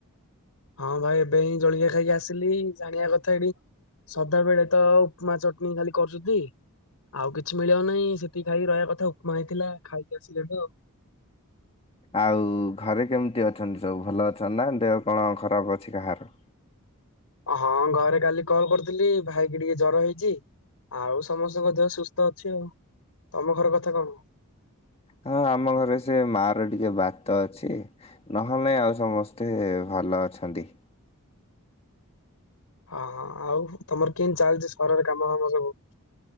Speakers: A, on the left; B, on the left.
A: ହଁ ଭାଇ ଏବେ ହିଁ ଜଳିଖିଆ ଖାଇକି ଆସିଲି ଜାଣିବା କଥା ଏଠି ସଦାବେଳେ ତ ଆଉ ମା ଚଟଣି ଖାଲି କରୁଛନ୍ତି। ଆଉ କିଛି ମିଳିବ ନାହିଁ ସେତିକି ଖାଇକି ରହିବା କଥା ଆଉ, ଉପମା ହେଇଥିଲା ଖାଇକି ଆସିଲେ ବି ଆଉ।
B: ଆଉ ଘରେ କେମିତି ଅଛନ୍ତି ସବୁ ଭଲ ଅଛନ୍ତି ନା ଦେହ କଣ ଖରାପ ଅଛି କାହାର?
A: ହଁ ଘରେ କାଲି କଲ୍ କରୁଥିଲି ଭାଇ କି ଟିକେ ଜର ହେଇଛି। ଆଉ ସମସ୍ତଙ୍କ ଦେହ ସୁସ୍ଥ ଅଛି ଆଉ ତମ ଘର କଥା କଣ?
B: ହଁ ଆମ ଘରେ ସେ ମା ର ଟିକେ ବାତ ଅଛି। ନହେଲେ ଆଉ ସମସ୍ତେ ଭଲ ଅଛନ୍ତି।
A: ହଁ ହଁ ଆଉ ତମର କେମିତି ଚାଲିଛି ସହରରେ କାମ ଫାମ ସବୁ।